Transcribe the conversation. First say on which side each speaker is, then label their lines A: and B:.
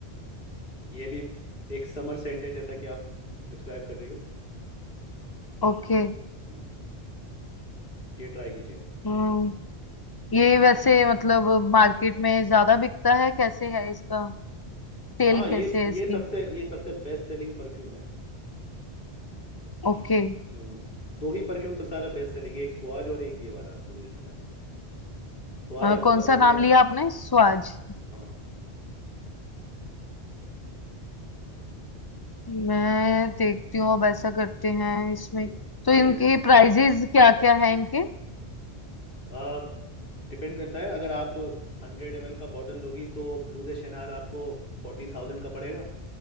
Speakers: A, on the left (about 55°); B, on the left (about 30°).
A: ये भी एक समर सेंट है जैसा कि आप डिस्क्राइब कर रही हो
B: ओके
A: हम्म, ये ट्राई कीजिए आप
B: हम्म ये वैसे मतलब मार्केट में ज्यादा बिकता है कैसे है इसका सेल
A: हाँ ये
B: कैसे है
A: ये
B: इसकी
A: सबसे ये सबसे बेस्ट सेलिंग परफ्यूम है
B: ओके
A: हम्म, दो ही परफ्यूम सबसे सारा बेस्ट सेलिंग है एक स्वाज और एक ये वाला ब्लू दे शनैल स्वाज
B: अ,
A: आपको
B: कौन
A: पसंद
B: सा
A: नहीं
B: नाम
A: आया
B: लिया आपने स्वाज
A: हाँ
B: मैं देखती हूँ अब ऐसा करते हैं इसमें
A: इसे हाँ
B: तो इनके
A: इसे
B: प्राइजेस क्या क्या है इनके
A: आप डिपेंड करता है अगर आप हंड्रेड एम एल का बॉटल लोगी तो ब्लू दे शेनाल आपको फोर्टीन थाउजेंड का पड़ेगा